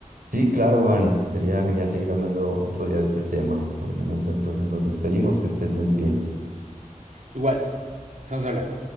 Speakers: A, on the right; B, on the right.
A: Sí, claro, Juan, sería genial seguir hablando otro día de este tema. Por el momento entonces nos despedimos, que estés muy bien.
B: Igual, estamos hablando.